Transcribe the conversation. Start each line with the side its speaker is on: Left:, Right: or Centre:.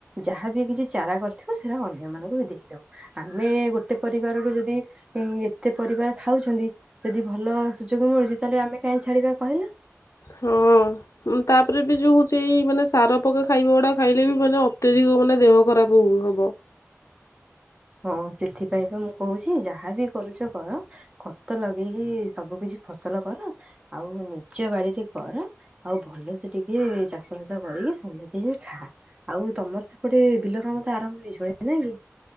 Right: ଯାହାବି କିଛି ଚାରା କରିଥିବ ସେରା ଅନ୍ୟମାନଙ୍କୁ ବି ଦେଇଦବୁ। ଆମେ ଗୋଟେ ପରିବାର ରୁ ଯଦି ଏତେ ପରିବାର ଖାଉଛନ୍ତି। ଯଦି ଭଲ ସୁଯୋଗ ମିଳୁଛି ତାହେଲେ ଆମେ କାହିଁ ଛାଡିବା କହିଲ।
Left: ହଁ। ତାପରେ ବି ଯୋଉ ହଉଛି ଏଇ ମାନେ ସାର ପକା ଖାଇବା ଗୁଡା ଖାଇଲେ ବି ମାନେ ଅତ୍ୟଧିକ ମାନେ ଦେହ ଖରାପ ହୁ ହବ।
Right: ହଁ ସେଥିପାଇଁ ତ ମୁଁ କହୁଛି ଯାହାବି କରୁଛ କର ଖତ ଲଗେଇକି ସବୁ କିଛି ଫସଲ କର ଆଉ ନିଜ ବାଡିରେ କର। ଆଉ ଭଲସେ ଟିକେ ଚାଷ ବାସ କରିକି ସମେତି ହି ଖା। ଆଉ ତମର ସେପଟେ ବିଲ କାମ ତ ଆରମ୍ଭ ହେଇଜିବଣି ନାଇକି?